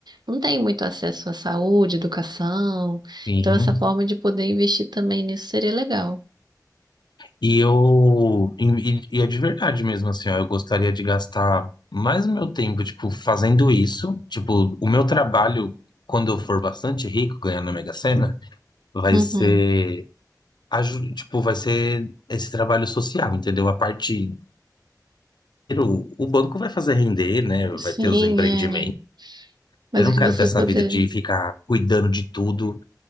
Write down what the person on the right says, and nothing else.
não tem muito acesso à saúde, educação.
Então, essa forma de poder investir também nisso seria legal.
Uhum.
Sim,
é. Mas
o que
você
poder.